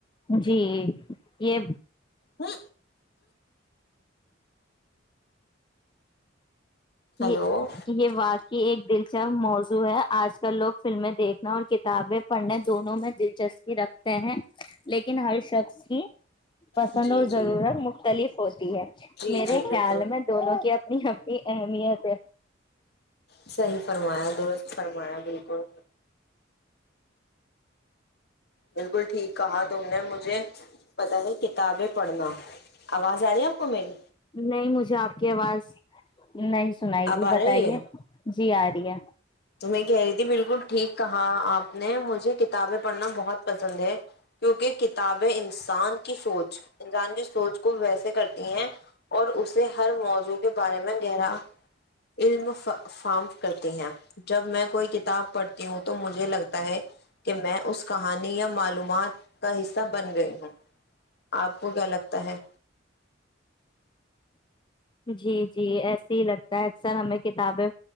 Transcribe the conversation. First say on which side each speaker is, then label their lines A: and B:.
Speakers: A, on the left; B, on the left.
A: جی یہ
B: ہ ہ ہیلو
A: یہ یہ واقع ایک دلچپ موضوع ہے آج کل لوگ فلمیں دیکھنا اور کتابیں پڑھنے دونوں میں دلچسپی رکھتے ہیں لیکن ہر شخص کی پسند
B: جی
A: اور
B: جی
A: ضرورت مختلف ہوتی ہے
B: جی
A: میرے
B: جی بالکل
A: خیال میں دونوں کی نہیں ہی د نہیں یہ سے
B: صحیح فرمایا درست فرمایا بالکل بالکل ٹھیک کہا تم نے مجھے پتا ہے کتابیں پڑھنا آواز آ رہی ہے آپ کو میری
A: نہیں مجھے آپ کی آواز نہیں سنائی
B: اب
A: تھی
B: آ
A: بتائیے
B: رہی ہے
A: جی آ رہی ہے
B: میں کہہ رہی تھی بالکل ٹھیک کہا آپ نے مجھے کتابیں پڑھنا بہت پسند ہے کیونکہ کتابیں انسان کی سوچ انسان کی سوچ کو ویسے کرتی ہیں اور اسے ہر موضوع کے بارے میں گہرا علم فم کرتی ہیں جب میں کوئی کتاب پڑھتی ہوں تو مجھے لگتا ہے کہ میں اس کہانی یا معلومات کا حصہ بن گئی ہوں آپ کو کیا لگتا ہے
A: جی جی ایسے ہی لگتا ہے اکثر ہمیں کتابیں